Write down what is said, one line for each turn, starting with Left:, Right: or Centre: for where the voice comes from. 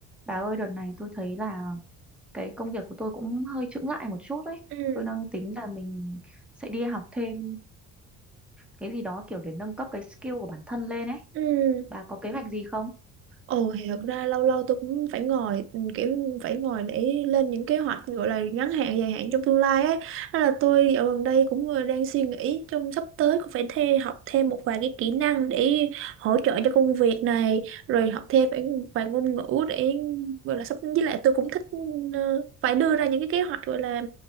Centre: Bà ơi, đợt này tôi thấy là cái công việc của tôi cũng hơi chững lại một chút đấy.
Right: ừ
Centre: Tôi đang tính là mình sẽ đi học thêm cái gì đó kiểu để nâng cấp cái skill của bản thân lên ấy.
Right: ừ
Centre: Bà có kế hoạch gì không?
Right: ồ thì thật ra lâu lâu tôi cũng phải ngồi ừ, kiểu phải ngồi để lên những kế hoạch gọi là ngắn hạn dài hạn trong tương lai ấy nên là tôi ở gần đây cũng vừa đang suy nghĩ trong sắp tới cũng phải thê, học thêm một vài cái kỹ năng để hỗ trợ cho công việc này rồi học thêm phải vài ngôn ngữ để gọi là sắp với lại tôi cũng thích ờ, phải đưa ra những cái kế hoạch gọi là